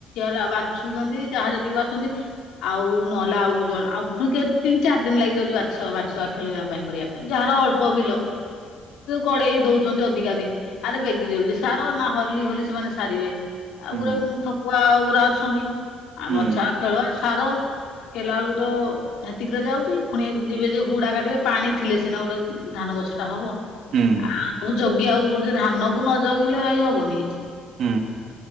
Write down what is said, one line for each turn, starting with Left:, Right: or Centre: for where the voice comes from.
Left: ବା ବାଛୁଛନ୍ତି ଯାହା ଯେତିକି ଆଉ ନହେଲେ ଆଉ ଜଣ ଆଉୁଣି ତିନି ଚାରି ଦିନ ଲାଗି ଯାଉଛିଛ ବାଛ ଖେଳିବା ପାଇଁ। କରିବା ପାଇଁ ଯାହାର ଅଳ୍ପ ବିଲ। ଗଡେଇ ଦଉଛନ୍ତି ଅଧିକା ଦିନ ଆରେ ବେଗି ଜଲଦି ସାର ନା ହଲି ହୋଲି ସେମାନେ ସାରିବେ। ଆଉ
Right: ହୁଁ
Left: ଗୁରା ଠକୁଆ ଗୁୁରା ଅଛନ୍ତି ଆଉ
Right: ହୁଁ
Left: ବଛା ଖେଳଆ ସାର। କଲା ବେଳକୁ ତ ହେତିକିରେ ଯାଉଛି ପୁଣି ଯିବେ ଯେ ହୁଡା କାଟିବେ ପାଣି ଥିଲେ ସିନା ଗୋଟେ ଧାନଗଛ ଟା ହବ
Right: ହୁଁ
Left: ଆଉ ଜଗିବାକୁ ପଡୁଛି ଧାନ କୁ ନ ଜଗିଲେ ଭାଇ ହବନି କିଛି।
Right: ହୁଁ